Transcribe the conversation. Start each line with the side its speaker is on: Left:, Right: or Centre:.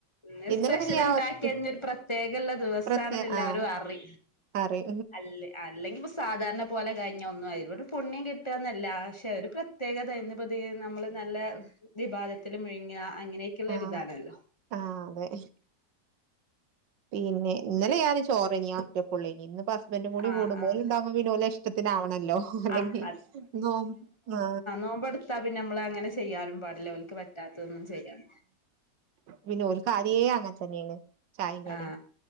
Left: ഇന്ന്
Right: ഇന്നലെ
Left: സ്പെഷ്യൽ
Right: പിന്നെ ഞാൻ
Left: ഇണ്ടാക്കിയ
Right: ഒറ്റ
Left: തന്നെ പ്രത്യേകുള്ള ദിവസണെന്ന്
Right: പ്രത്യേ
Left: എല്ലാരും
Right: ആഹ്
Left: അറി
Right: കറി
Left: അല്ല അല്ലെങ്കിൽ ഇപ്പൊ സാധാരണ പോലെ കഴിഞ്ഞ ഒന്നും ആയിടും. പുണ്യം കിട്ടാന്നല്ല ക്ഷെ ഒരു പ്രത്യേകതൈന്നുപ്പത് നമ്മള് നല്ല ഇബാദത്തില് മുഴുങ്ങ അങ്ങനെക്കൊള്ളൊരിതണല്ലോ
Right: ആഹ് ആഹ് അതെ പിന്നെ ഇന്നലെ ഞാന് ചോറെയ്നു ഞനൊറ്റക്കൊള്ളെയ്നു നി ഇന്ന് പ അപ്പന്റെ കൂടി
Left: ആഹ്
Right: കൂടുമ്പൊ
Left: ആഹ്
Right: ഓല് ണ്ടാവകുമ്പ പിന്നോലഷ്ടത്തിനാവണല്ലോ അല്ലെങ്കി
Left: ആഹ്
Right: നോ ആ
Left: നോമ്പെടുത്ത പിന്നെം ചെയ്യാനും പാടില്ലെവൽക്ക് പറ്റാത്തൊന്നും ചെയ്യും
Right: പിന്നോൽക്കാദേ അങ്ങനൻ തന്നേണ് ചായിം കടിം
Left: ആ